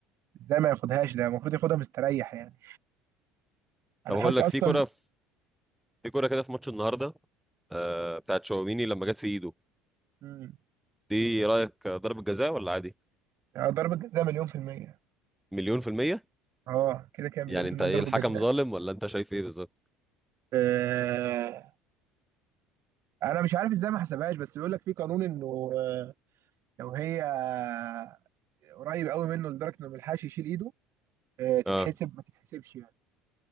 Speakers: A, on the right; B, in the centre.
A: ازاي ما ياخدهاش ده المفروض ياخدها مستريح يعني انا
B: طب اقول
A: حاسس
B: لك
A: اصلا
B: في كرة في, في كرة كده في ماتش النهارده آه بتاعت شاوميني لما جت في ايده
A: مم.
B: دي رأيك ضربة جزاء ولا عادي؟
A: آه، ضربة جزاء مليون في المية
B: مليون في المية
A: اه كده كده مليون
B: يعني
A: في
B: انت
A: المية
B: ايه
A: ضربة
B: الحكم
A: جزاء
B: ظالم ولا انت شايف ايه بالظبط؟
A: آه انا مش عارف ازاي ما حسبهاش بس بيقول لك في قانون انه آه، لو هي آه، قريب قوي منه لدرجة انه ما يلحقش يشيل ايده آه تتحسب
B: اه
A: ما تتحسبش يعني